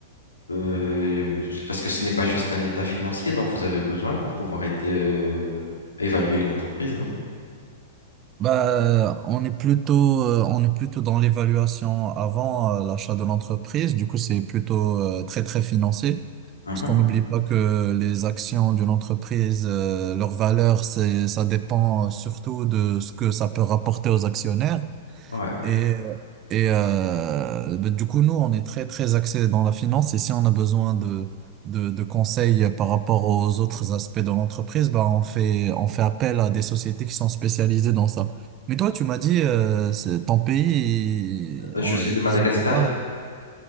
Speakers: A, on the left; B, on the right.
A: euh, parce que ce n'est pas juste un état financier dont vous avez besoin pour pouvoir aider, euh, évaluer une entreprise, non?
B: Bah, on est plutôt, euh, on est plutôt dans l'évaluation avant euh, l'achat de l'entreprise. Du coup, c'est plutôt euh, très, très financé.
A: Mhm.
B: Parce qu'on n'oublie pas que les actions d'une entreprise, euh, leur valeur, c'est, ça dépend euh, surtout de ce que ça peut rapporter aux actionnaires.
A: Ouais.
B: Et, et euh, ben, du coup, nous, on est très, très axé dans la finance. Et si on a besoin de, de, de conseils par rapport aux autres aspects de l'entreprise, ben, on fait, on fait appel à des sociétés qui sont spécialisées dans ça. Mais toi, tu m'as dit, euh, c'est ton pays,
A: Euh,
B: ils
A: Je suis de Madagascar.
B: ils en ont pas.